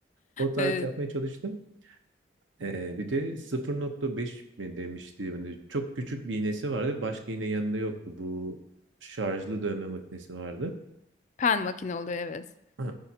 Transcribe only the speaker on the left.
Evet.
Pen makine oluyor evet.